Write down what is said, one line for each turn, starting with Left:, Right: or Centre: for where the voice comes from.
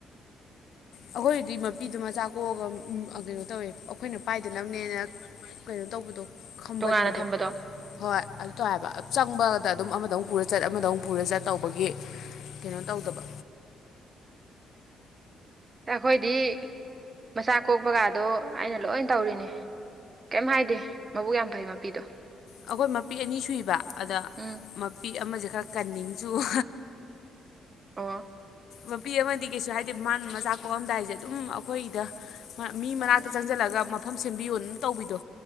Left: ꯑꯩꯈꯣꯏꯒꯤꯗꯤ ꯃꯄꯤꯗꯨ ꯃꯆꯥ ꯀꯣꯛꯑꯒ ꯎꯝ ꯑ ꯀꯩꯅꯣ ꯇꯧꯋꯦ ꯑꯩꯈꯣꯏꯅ ꯄꯥꯏꯗꯅꯕꯅꯦꯅ ꯀꯩꯅꯣ ꯇꯧꯕꯗꯣ ꯈꯝꯕꯟꯕꯗꯣ
Right: ꯇꯣꯉꯥꯟꯅ ꯊꯝꯕꯗꯣ
Left: ꯍꯣꯏ ꯑꯗꯨ ꯇꯧꯑꯦ ꯍꯥꯏꯕ ꯆꯪꯕꯗ ꯑꯗꯨꯝ ꯑꯃꯗꯃꯨꯛ ꯄꯨꯔ ꯆꯠ ꯑꯃꯗꯃꯨꯛ ꯄꯨꯔ ꯆꯠ ꯇꯧꯕꯒꯤ ꯀꯩꯅꯣ ꯇꯧꯗꯕ
Right: ꯑ ꯑꯩꯈꯣꯏꯗꯤ ꯃꯆꯥ ꯀꯣꯛꯄꯒꯗꯣ ꯑꯩꯅ ꯂꯣꯏ ꯇꯧꯔꯤꯅꯤ ꯀꯩꯝ ꯍꯥꯏꯗꯦ ꯃꯕꯨꯛ ꯌꯥꯝ ꯐꯩ ꯃꯄꯤꯗꯣ
Left: ꯑꯩꯈꯣꯏ ꯃꯄꯤ ꯑꯅꯤ ꯁꯨꯏꯕ ꯑꯗ
Right: ꯎꯝ
Left: ꯃꯄꯤ ꯑꯃꯁꯦ ꯈꯔ ꯀꯟꯅꯤꯡ ꯆꯨꯕ
Right: ꯑꯣ
Left: ꯃꯄꯤ ꯑꯃꯗꯤ ꯀꯩꯁꯨ ꯍꯥꯏꯗꯦ ꯃꯥꯅ ꯃꯆꯥ ꯀꯣꯛꯑꯝꯗꯥꯏꯁꯦ ꯑꯗꯨꯝ ꯑꯩꯈꯣꯏꯗ ꯃꯤ ꯃꯅꯥꯛꯇ ꯆꯪꯁꯤꯜꯂꯒ ꯃꯐꯝ ꯁꯦꯝꯕꯤꯌꯣꯅ ꯑꯗꯨꯝ ꯇꯧꯕꯤꯗꯣ